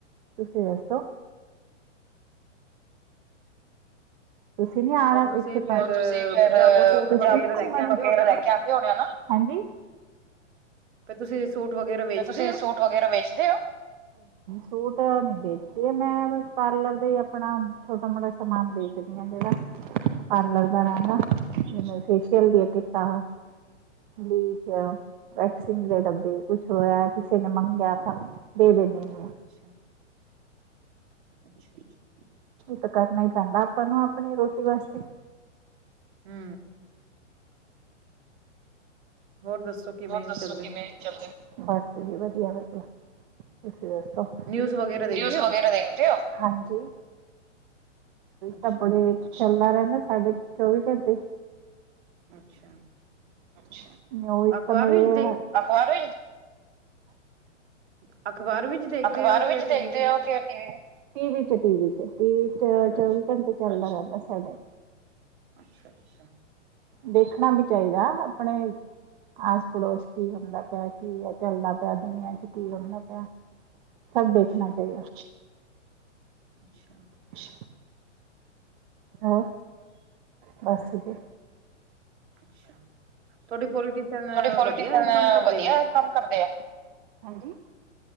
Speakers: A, on the right; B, on the right.
A: ਤੁਸੀਂ ਦੱਸੋ? ਤੁਸੀਂ ਨੀ ਆਣਾ?
B: ਉਹ ਤੁਸੀਂ
A: ਇਥੇਮੈ
B: ਫੇਰ
A: <unintelligible>
B: ਪੰਜਾਬੋ ਸੂਟ ਵਗੈਰਾ ਲੈ ਕੇ ਆਉਂਦੇ ਹੋਣੇ ਆ ਨਾ
A: <unintelligible> ਹਾਂਜੀ।
B: ਤੇ ਤੁਸੀਂ ਸੂਟ ਵਗੈਰਾ ਵੇਚਦੇ
A: ਤੇ ਤੁਸੀਂ
B: ਹੋ
A: ਸੂਟ ਵਗੈਰਾ ਵੇਚਦੇ ਹੋ? ਸੂਟ ਨੀ ਵੇਚਦੀ, ਮੈਂ ਬ ਪਾਰਲਰ ਦਾ ਹੀ ਆਪਣਾ ਛੋਟਾ ਮੋਟਾ ਸਮਾਨ ਵੇਚਦੀ ਹਾਂ ਜਿਹੜਾ ਪਾਰਲਰ ਦਾ ਰਹਿਦਾ। <unintelligible> ਫੇਸ਼ੀਅਲ ਦੀਆਂ ਕਿਟਾਂ, ਬਲੀਚ ਵੈਕਸਿੰਗ ਦੇ ਡੱਬੇ। ਕੁਛ ਹੋਇਆ, ਕਿਸੇ ਨੇ ਮੰਗਿਆ ਤਾਂ ਦੇ ਦੇਦੇ।
B: ਅੱਛਾ, ਅੱਛਾ, ਅੱਛਾ।
A: ਤ ਕਰਨਾ ਹੀ ਪੈਂਦਾ, ਆਪਾਂ ਨੂੰ ਆਪਣੀ ਰੋਟੀ ਵਾਸਤੇ।
B: ਹੂ ਹੋਰ ਦੱਸੋ। ਕਿਵੇਂ
A: ਹੋਰ ਦੱਸੋ
B: ਚੱਲਦੇ
A: ਕਿਵੇ ਚੱਲੇ ਔ, ਜੀ ਵਧੀਆ ਵਧੀਆ ਤੁਸੀਂ ਦੱਸੋ,
B: ਨਿਊਜ਼ ਵਗੈਰਾ ਦੇਖਦੇ
A: ਨਿਊਜ਼ ਵਗੈਰਾ
B: ਹੋ
A: ਦੇਖਦੇ ਹੋ, ਹਾਂਜੀ
B: ਅੱਛਾ
A: ਤਾਂ ਬੜੇ ਚੱਲਦਾ ਰਹਿੰਦਾ ਸਾਡੇ ਚੌਵੀ ਘੰਟੇ।
B: ਅੱਛਾ।
A: ਅੱਛਾ, ਔ ਹੀ
B: ਅਖ਼ਬਾਰ
A: ਤਾਂ ਮੇਰੇ
B: ਵਿੱਚ ਦੇਖ
A: ਅਖਬਾਰ
B: ਹ <unintelligible> ਅਖ਼ਬਾਰ ਵਿੱਚ ਦੇਖਦੇ
A: ਅਖਬਾਰ
B: ਹੋ ਕਿ
A: ਵਿਚ
B: ਟੀਵੀ
A: ਦੇਖਦੇ
B: ਵਿੱਚ?
A: ਓ ਕਿ ਟੀਵੀ, ਟੀਵੀ ਚ ਟੀਵੀ ਚ ਚੌਵੀ
B: ਅੱਛਾ,
A: ਘੰਟੇ ਚਲਦਾ ਰਹਿੰਦਾ ਸਾਡੇ
B: ਅੱਛਾ ਅੱਛਾ।
A: ਦੇਖਣਾ ਵੀ ਚਾਹੀਦਾ, ਆਪਣੇ ਆਸ ਪੜੋਸ ਕੀ ਹੁੰਦਾ ਪਿਆ ਕੀ ਹੈ ਚੱਲਦਾ
B: ਹੂੰ।
A: ਪਿਆ ਦੁਨੀਆਂ ਚ, ਕੀ ਹੁੰਦਾ ਪਿਆ, ਸਭ
B: ਅੱਛਾ,
A: ਦੇੇਖਣਾ ਚਾਹੀਦਾ
B: ਅੱਛਾ।
A: ਅੱਛਾ। ਹੋਰ ਬਸ ਠੀਕ ਐ
B: ਅੱਛਾ, ਤੁਹਾਡੀੇ ਪੋਲੀਟੀਸ਼ਨਅ
A: ਤੁਹਾਡੇ ਪੋਲੀਟੀਸ਼ਨ
B: ਵਧੀਆ ਕੰਮ ਕਰਦੇ
A: ਵਧੀਆ
B: ਆ
A: ਕੰਮ ਕਰਦੇ ਐ, ਹਾਂਜੀ